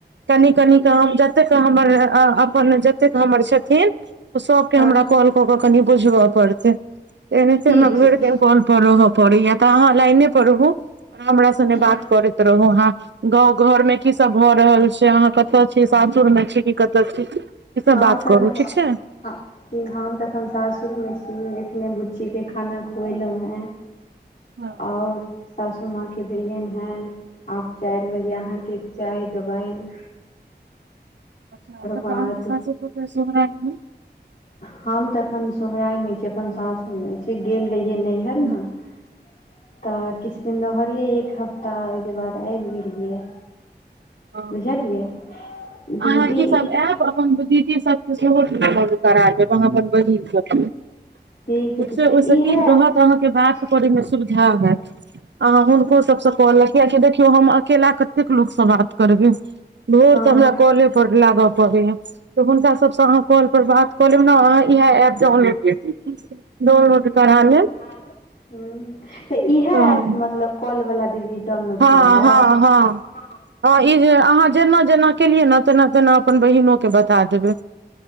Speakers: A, on the right; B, on the left.
A: कनि कनी हम जतैक अहाँ हमर अपन जतेक हमर छथिन सबके
B: क
A: हमरा कॉल कऽ केँ कनि बुझब पड़तै <inaudible> एनाहित
B: ठीक
A: हमरा भैर
B: छै
A: दिन कॉल पऽ रह पड़ैय तऽ अहाँ लाइने पऽ रहूँ हमरा सने
B: की
A: बात करैत रहु अहाँ गाँव घर मे की सब भऽ रहल छै अहाँ कतऽ छी सासुर मे छी कि कतऽ छी इ सब
B: हम
A: बात
B: तखन
A: करू ठीक छै
B: कि हम एखन साससुरमे छी एखने बुच्चीकेँ खाना खुएलु है
A: <inaudible> हँ
B: और सासूमाँ केँ देलियनि हँ आब चार बजे अहाँ केँ चाय देबैन
A: अच्छ ओत
B: बाद
A: आह केँ <unintelligible>
B: हम तऽ अखन सोहराय में छी अपन सासुर में छी गेल रहियै नै
A: मे?
B: <inaudible> तऽ किछ दिन रहलिए एक हफ तऽ ओए केँ बाद आइब गेलियै
A: हँ
B: बुझलियै <inaudible>
A: अहाँ
B: दीदी
A: ई
B: इ
A: सब आयब अपन दीदी सब <unintelligible> अहाँ अपन बहिन सब केँ <inaudible>
B: ठीक छै
A: ओइस
B: इहे
A: की रहत
B: ठीक
A: अहाँकेँ बात करे मे सुविधा है तऽ <inaudible> अ हुनको सबसँ कऽ लैब किया की देखिय हम अकेला कतेक लोक सँ बात करबे भौर
B: हँ
A: सँ हमरा कॉले पर लाग पड़े यऽ तऽ हुनका सबसँ अहाँ कॉल पर बात कऽ लेब ने अहाँ इएह एप डाउनलोड <unintelligible> डाउनलोड करा लेब
B: <inaudible> तऽ इएह ऐप
A: तऽ
B: मतलब कॉल वाला दीदी डाउनलोड
A: हँ
B: करियै
A: हँ हँ <inaudible> हँ इ जे अहाँ जेना जेना केलियै न तेना तेना अपन बहिनो कऽ बता देबै